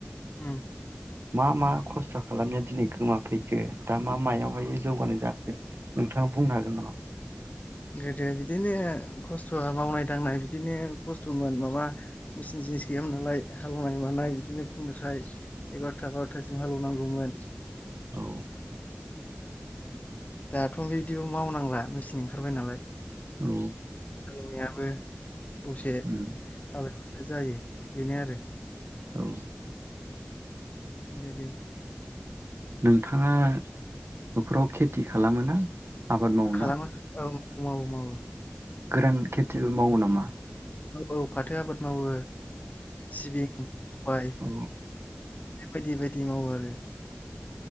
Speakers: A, on the left; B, on the right.
A: उम
B: मा मा ख स्थ' खालामनाया दिनै गोमाफैखो दा मा मायावहाय जौगानाय जाखो? नोंथाङा बुंनो हागोन नामा?
A: गोदो बिदिनो खस्थ'आ मावनाय दांनाय बिदिनो खस्थ'मोन माबा मेचिन जिनिस गैयामोन नालाय हालेवनाय मानाय बिदिनो फुंनिफ्राय एगार'था बार'थासिम हालेवनांगौमोन
B: औ
A: दाथ' बिदिबो मावनांला मेचिन ओंखारबाय नालाय
B: औ
A: हाल हेवनायाबो दसे जालायबाय
B: उम
A: जायो बेनो आरो
B: औ
A: एदि
B: नोंथाङा न'खराव खेथि खालामोना आबाद मावोना
A: खालामो औ मावो मावो मावो
B: गोरान खेथिबो मावो नामा।
A: औ फाथो आबाद मावो। सिबिं सबाय
B: अ
A: बायदि बायदि मावो आरो।